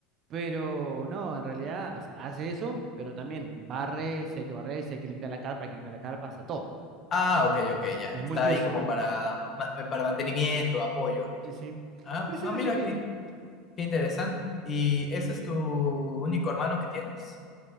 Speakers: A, on the right; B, on the left.
A: pero no, en realidad, o sea, hace eso, pero también barre, si hay que barrer, si hay que limpiar la carpa, hay que limpiar la carpa, o sea, todo.
B: Ah, ok, ok, ya.
A: Es
B: Está
A: multiuso.
B: ahí como para, ma- para mantenimiento, apoyo.
A: Sí, sí.
B: Ah,
A: Sí, sí,
B: ah,
A: así
B: mira,
A: que
B: qué, qué interesante. ¿Y ese es tu único hermano que tienes?